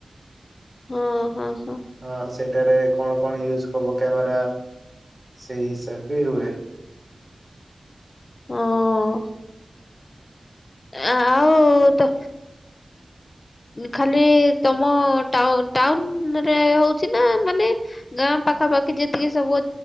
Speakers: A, on the left; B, on the right.
A: ହଁ ହଁ ହଁ।
B: ହଁ ସେଇଟାରେ କଣ କଣ ୟୁଜ କବ କ୍ୟାମେରା ସେଇ ହିସାବ ବି ହୁଏ।
A: ହଁ ଅ ଆଉ ତ ଖାଲି ତମ ଟାଉନ ରେ ହଉଛି ନା ମାନେ ଗାଁ ପାଖାପାଖି ଯେତିକି ସବୁ ଅ